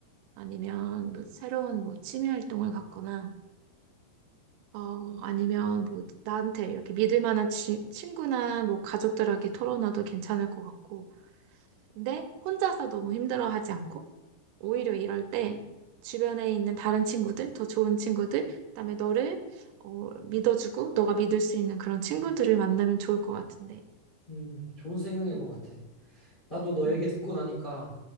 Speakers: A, on the right (about 85°); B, on the left (about 80°).
A: 아니면 뭐 새로운 뭐 취미 활동을 갖거나, 어, 아니면 뭐 나한테 이렇게 믿을 만한 치, 친구나 뭐 가족들에게 털어놔도 괜찮을 것 같고, 근데 혼자서 너무 힘들어하지 않고, 오히려 이럴 때 주변에 있는 다른 친구들, 더 좋은 친구들, 그다음에 너를 어, 믿어주고 너가 믿을 수 있는 그런 친구들을 만나면 좋을 것 같은데.
B: 음. 좋은 생각인
A: 음,
B: 것 같아. 나도 너
A: 음,
B: 얘기 듣고 나니까